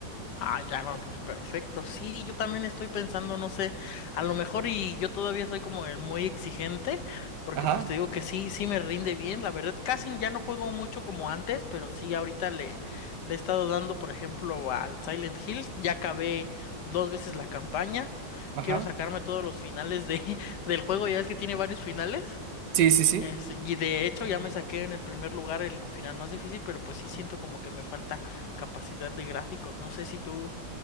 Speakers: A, on the left; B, on the right.
A: Ah, ya no, pues perfecto. Sí, yo también estoy pensando, no sé, a lo mejor y yo todavía soy como el muy exigente, porque
B: Ajá,
A: pues te digo que sí, sí me rinde bien. La verdad, casi ya no juego mucho como antes, pero sí, ahorita le, le he estado dando, por ejemplo, al Silent Hill. Ya acabé dos veces la campaña.
B: ajá,
A: Quiero sacarme todos los finales de, <laughs> del juego, ya ves que tiene varios finales.
B: sí, sí,
A: Es- y de hecho
B: sí.
A: ya me saqué en el primer lugar el final más difícil, pero pues sí siento como que me falta capacidad de gráficos. No sé si tú,